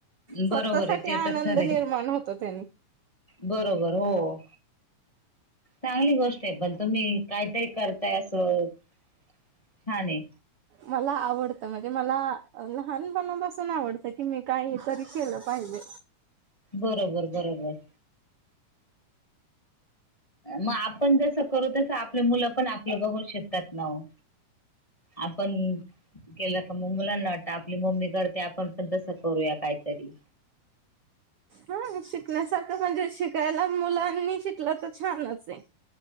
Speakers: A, on the left; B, on the right.
A: बरोबर
B: स्वतःसाठीआनंद
A: आहे ते तर खरे
B: निर्माण होतो त्यांनी.
A: बरोबर हो. चांगली गोष्ट पण तुम्ही कायतरी करताय असं छान आहे.
B: मला आवडतं म्हणजे मला लहानपणापासून आवडतं की मी काय तरी केलं पाहिजे.
A: बरोबर बरोबर. मग आपण जसं करू तस आपले मुलं पण आपल्या बघर शकतात ना वो? आपण केलं का मग मुलाना वाटतं आपली मम्मी करते आपण पण तसं करूया काहीतरी
B: हां शिकण्यासारखं म्हणजे शिकायला मुलांनी शिकला तर छानच आहे.